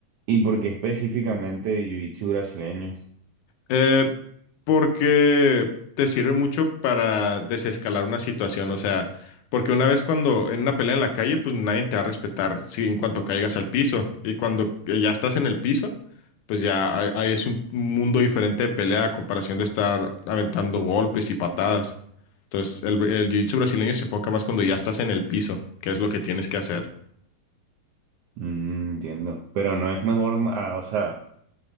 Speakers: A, on the right; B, on the left.
A: ¿Y por qué específicamente jiu-jitsu brasileño?
B: Eh, porque te sirve mucho para desescalar una situación, o sea, porque una vez cuando en una pelea en la calle, pues nadie te va a respetar si en cuanto caigas al piso y cuando eh, ya estás en el piso, pues ya ahí ahí es un mundo diferente de pelea a comparación de estar aventando golpes y patadas. Entonces, el, el jiu-jitsu brasileño se enfoca más cuando ya estás en el piso, que es lo que tienes que hacer.
A: Mm, entiendo. Pero no es mejor, ah, o sea,